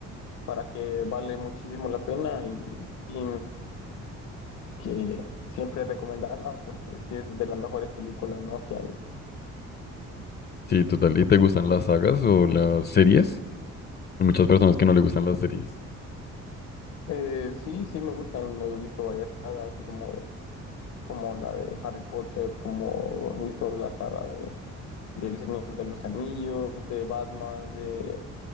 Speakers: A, on the left; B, on the left.
A: para que vale muchísimo la pena y, y que siempre recomendarla porque sí es de las mejores películas, ¿no? Que hay.
B: Sí, total. ¿Y te gustan las sagas o las series? Hay muchas personas que no le gustan las series.
A: Eh, sí, sí, me gustan. He visto varias sagas, así como, como la de Harry Potter, como he visto la saga de, del Señor de los Anillos, de Batman, de,